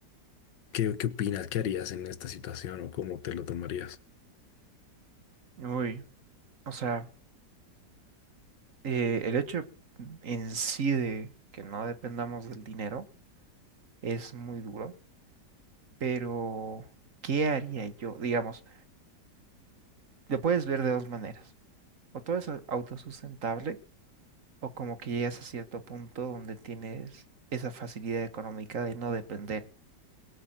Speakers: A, on the left (about 85°); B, on the right (about 50°).
A: ¿Qué, qué opinas? ¿Qué harías en esta situación o cómo te lo tomarías?
B: Uy, o sea, eh, el hecho en sí de que no dependamos del dinero es muy duro, pero ¿qué haría yo? Digamos, lo puedes ver de dos maneras. O todo es au- autosustentable, o como que llegas a cierto punto donde tienes esa facilidad económica de no depender.